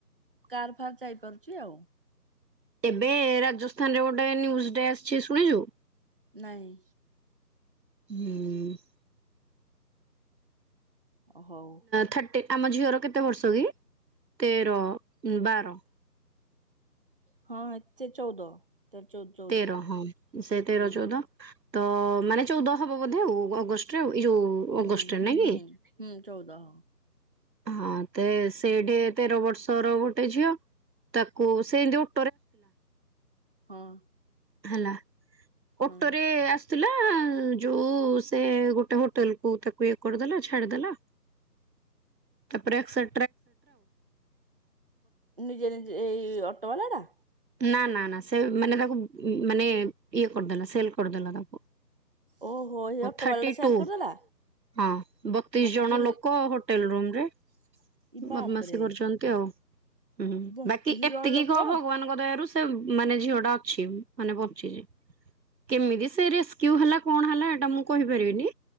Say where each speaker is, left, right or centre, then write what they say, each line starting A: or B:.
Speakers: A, on the right (about 35°); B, on the right (about 85°).
A: କାର ଫାର୍ ଯାଇପାରୁଛି ଆଉ।
B: ଏବେ ରାଜସ୍ଥାନରେ ଗୋଟେ ନ୍ୟୁଜ୍ ଡେ ଆସିଛି ଶୁଣିଛୁ?
A: ନାହିଁ।
B: ହୁଁ।
A: ଓ ହୋଉ।
B: ଥାର୍ଟି ଆମ ଝିଅର କେତେ ବର୍ଷ କି ତେର ବାର।
A: ହଁ ଏଚେ ଚଉଦ। ତ ଚଉଦ। ଚଉଦ
B: ତେର ହଁ ସେ ତେର
A: ହଁ
B: ଚଉଦ। ତ ମାନେ ଚଉଦ ହବ ବୋଧେ ଆଉ ଅଗଷ୍ଟରେ ଏଇ ଯୋଉ
A: ହୁଁ
B: ଅଗଷ୍ଟରେ
A: ହୁଁ
B: ନାଇଁ କି
A: ହୁଁ ହୁଁ ଚଉଦ।
B: ହଁ ତ ସେଇଠି ତେର ବର୍ଷର ଗୋଟେ ଝିଅ ତାକୁ ସେ ସେମିତି
A: ହଁ।
B: ହେଲା
A: ହଁ
B: ଅଟୋରେ ଆସୁଥିଲା। ତ ଯୋଉ ସେ ଗୋଟେ ହୋଟେଲ କୁ ତାକୁ ଇଏ କରିଦେଲା ଛାଡିଦେଲା। ତାପରେ ଏକ୍ସ।
A: ନିଜେ ନିଜେ ଏଇ ଅଟୋ ବାଲା ଟା।
B: ନା ନା ନା ସେ ମାନେ ତାକୁ ମାନେ ଇଏ କରିଦେଲା ସେଲ କରିଦେଲା ତାକୁ।
A: ଓହୋ ଏଇ ଅଟୋ
B: ଥାର୍ଟି
A: ବାଲାଟା ସେଲ୍
B: ଟୁ
A: କରିଦେଲା
B: ହଁ ବତିଶ
A: ଥାର୍ଟି
B: ଜଣ
A: ଟୁ
B: ଲୋକ। ହୋଟେଲ ରୁମ୍ ରେ
A: ଇ ବାପରେ
B: ବଦମାସୀ କରୁଛନ୍ତି ଆଉ ହୁଁ
A: ବତିଶ
B: ବାକି ଏତିକି
A: ଜଣ ଲୋକ
B: କହ ଭଗବାନଙ୍କ ଥିବାରୁ ସେ ମାନେ ଝିଅଟା ଅଛି ମାନେ ବଞ୍ଚିଛି। କେମିତି ସିଏ ରେସକ୍ଯୁ କଣ ହେଲା ଏଟା ମୁଁ କହିପାରିବିନି